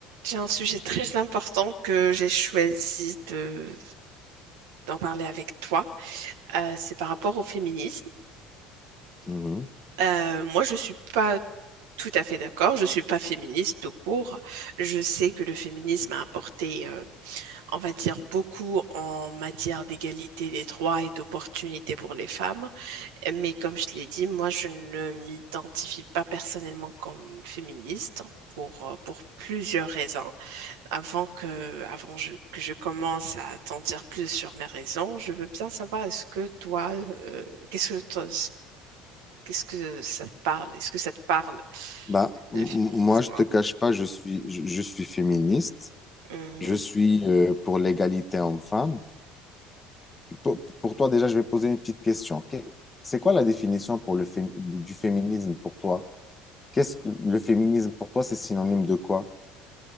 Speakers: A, on the right; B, on the left.
A: J'ai un sujet très important que j'ai choisi de, d'en parler avec toi. Euh, c'est par rapport au féminisme.
B: Mhm.
A: Euh, moi, je suis pas tout à fait d'accord. Je suis pas féministe tout court. Je sais que le féminisme a apporté, euh, on va dire, beaucoup en matière d'égalité des droits et d'opportunités pour les femmes. Mais comme je l'ai dit, moi, je ne m'identifie pas personnellement comme féministe pour, euh, pour plusieurs raisons. Avant que, avant je- que je commence à t'en dire plus sur mes raisons, je veux bien savoir est-ce que toi, euh, qu'est-ce que toi, qu'est-ce que ça te parle? Est-ce que ça te parle,
B: Bah, m-
A: le
B: m-
A: féminisme?
B: moi, je te cache pas, je suis, je, je suis féministe.
A: Mhm.
B: Je suis euh, pour l'égalité homme-femme. Pour, pour toi, déjà, je vais poser une petite question. Que- C'est quoi la définition pour le fé- du féminisme pour toi? Qu'est-ce que le féminisme pour toi, c'est synonyme de quoi?